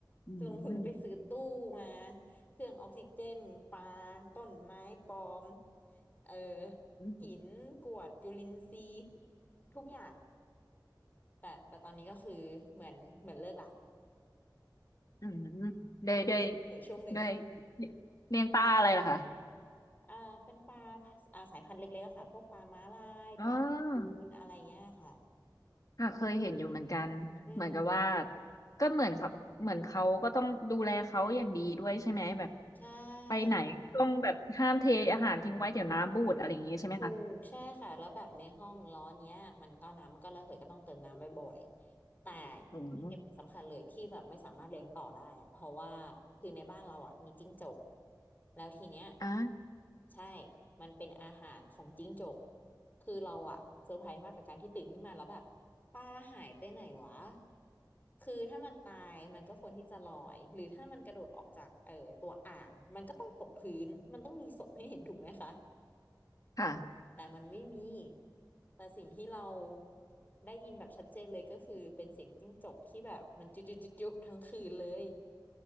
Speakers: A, on the left; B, on the left.
A: อื
B: ลงทุนไปซื้อตู้มา
A: ม
B: เครื่องออกซิเจน ปลาต้นไม้ปลอมเออ
A: อืม
B: หินกรวดจุลินทรีย์ทุกอย่างแต่แต่ตอนนี้ก็คือเหมือนเหมือนเลิกละ
A: อืมด้วยด้วย
B: เหมือนเหมือนช่วงหนึ่ง
A: ด้วยเลี้ยงปลาอะไรล่ะคะ
B: อ่าเป็นปลาอ่าสายพันธุ์เล็กๆอะค่ะพวกปลาม้าลายปลาบูนอะไรเงี้ยค่ะ
A: อ๋อค่ะเคยเห็นอยู่เหมือนกันเหมือนกับว่า
B: อืม
A: ก็เหมือนเขาเหมือนเขาก็ต้องดูแลเขาอย่างดีด้วยใช่ไหมแบบ
B: ใช่
A: ไปไหนก็ต้องแบบห้ามเทอาหารทิ้งไว้เดี๋ยวน้ำบูดอะไรอย่างงี้ใช่ไหมคะ
B: ถูกใช่ค่ะแล้วแบบในห้องร้อนเนี้ยมันก็น้ำมันก็ระเหยก็ต้องเติมน้ำบ่อยๆแต่
A: อืม
B: เหตุผลสำคัญเลยที่แบบไม่สามารถเลี้ยงต่อได้อะเพราะว่าคือในบ้านเราอ่ะมีจิ้งจกแล้วทีเนี้ย
A: อ่า
B: ใช่มันเป็นอาหารของจิ้งจกคือเราอะเซอร์ไพรส์มากกับการที่ตื่นขึ้นมาแล้วแบบปลาหายไปไหนวะคือถ้ามันตายมันก็ควรที่จะลอยหรือถ้ามันกระโดดออกจากเอ่อตัวอ่างมันก็ต้องตกพื้นมันต้องมีศพให้เห็นถูกไหมคะ
A: ค่ะ
B: แต่มันไม่มี แต่สิ่งที่เราได้ยินแบบชัดเจนเลยก็คือเป็นเสียงจิ้งจกที่แบบมันจุจุจุจุทั้งคืนเลย